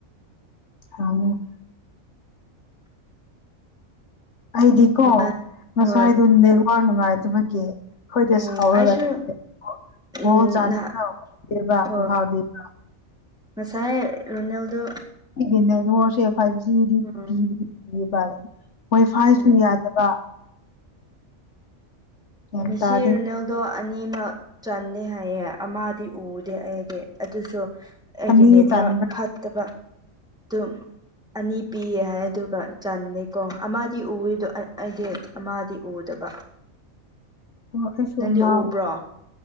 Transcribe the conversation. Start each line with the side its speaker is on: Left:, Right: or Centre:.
Left: ꯊꯉ ꯑꯩꯗꯤꯀꯣ
Centre: ꯍꯣꯏ
Left: ꯉꯁꯥꯏꯗꯨ
Centre: ꯍꯣꯏ
Left: ꯅꯦꯛꯋꯥ ꯅꯨꯡꯉꯥꯏꯇꯕꯒꯤ ꯑꯩꯈꯣꯏꯗꯤ
Centre: ꯎꯝ
Left: ꯁꯥꯎꯔꯒ
Centre: ꯑꯩꯁꯨ
Left: ꯂꯩꯦ
Centre: ꯎꯝ
Left: ꯍꯣ ꯆꯥꯅꯤꯡꯗꯦꯕ
Centre: ꯍꯣꯏ
Left: ꯎ ꯍꯥꯎꯗꯦꯕ
Centre: ꯉꯁꯥꯏ ꯔꯣꯅꯦꯜꯗꯣ
Left: ꯅꯦ ꯉꯔꯁꯦ ꯐꯥꯏꯚ ꯖꯤꯗꯤ
Centre: ꯎꯝ
Left: ꯄꯤꯕ ꯍꯣꯏ ꯐꯥꯏꯁꯨ
Centre: ꯎꯝ
Left: ꯌꯥꯗꯕ ꯒ꯭ꯌꯥꯟ
Centre: ꯉꯁꯤ
Left: ꯇꯥꯗꯦ
Centre: ꯏꯔꯅꯦꯜ ꯑꯗꯣ ꯑꯅꯤꯃꯛ ꯆꯟꯗꯦ ꯍꯥꯏꯌꯦꯦ ꯑꯃꯗꯤ ꯎꯗꯦ ꯑꯩꯗꯤ ꯑꯗꯨꯁꯨ ꯑꯩꯒꯤ
Left: ꯑꯅꯤ
Centre: ꯅꯦꯠꯋꯛ
Left: ꯆꯟꯕ꯭ꯔꯥ
Centre: ꯐꯠꯇꯕ ꯑꯗꯨꯝ ꯑꯅꯤ ꯄꯤꯌꯦ ꯍꯥꯏ ꯑꯗꯨꯒ ꯆꯦꯀꯣ ꯑꯃꯗꯤ ꯎꯗꯣ ꯑꯩꯗꯤ ꯑꯃꯗꯤ ꯎꯗꯕ
Left: ꯑꯣ ꯑꯩꯁꯨ
Centre: ꯅꯪꯗꯤ
Left: ꯑꯃ
Centre: ꯎꯕ꯭ꯔꯣ